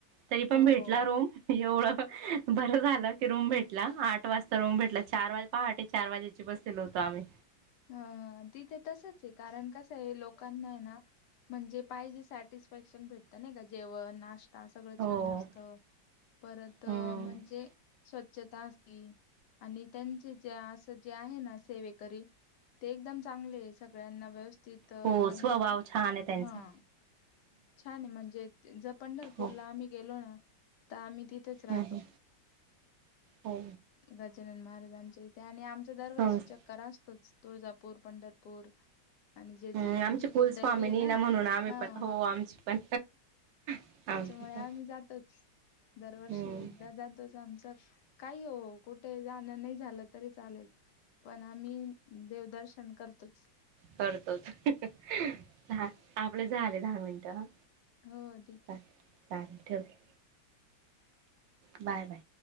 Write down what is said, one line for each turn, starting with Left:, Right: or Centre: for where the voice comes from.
Right: तरी पण
Left: हो
Right: भेटला
Left: हो.
Right: रोम एवढं. बरं झालं की रूम भेटला आठ वाजता रूम भेटला चार वाज पहाटे चार वाजेची बसलेलो होतो आम्ही.
Left: अ तिथ तसचे. कारण कसं आहे लोकांना आहे ना म्हणजे पाहिजे सॅटिस्फॅक्शन भेटत नाही का जेव्हा नाश् सगळं
Right: हो
Left: छान असत परत
Right: हम्म
Left: म्हणजे स्वच्छता असली आणि त्यांचे जे असं जे आहे ना सेवेकरी. ते एकदम चांगले सगळ्यांना व्यवस्थित हे
Right: हो स्वभाव छान आहे त्यांचा
Left: हा. छान आहे म्हणजे ज पंढरपूरला
Right: हो
Left: आम्ही गेलो ना. त आम्ही. तिथेच राहतो
Right: हम्म हो
Left: गजानन महाराजांच्या इथे आणि आमचं दरवर्षी
Right: संस्
Left: चक्कर अस तोच तुळजापूर पंढरपूर. आणि जेजुरी
Right: हम्म
Left: आमचे
Right: आमची कुलस्वामीनीना
Left: कुलदैवी आहे ना
Right: म्हणून आम्ही
Left: हा
Right: पण
Left: हा
Right: हो आमची पण. आमची
Left: त्याच्यामुळे
Right: पण
Left: आम्ही जातोच दरवर्षी
Right: हम्म
Left: एकदा जातोच आमचा काही हो कुठे जाणं नाही झालं तरी चालेल पण आम्ही देवदर्शन कर तोच.
Right: करतोच <unintelligible> आपले झाले दहा मिनिटं.
Left: हो ठीक
Right: चालेल
Left: आहे.
Right: चालेल ठेवते. Bye bye.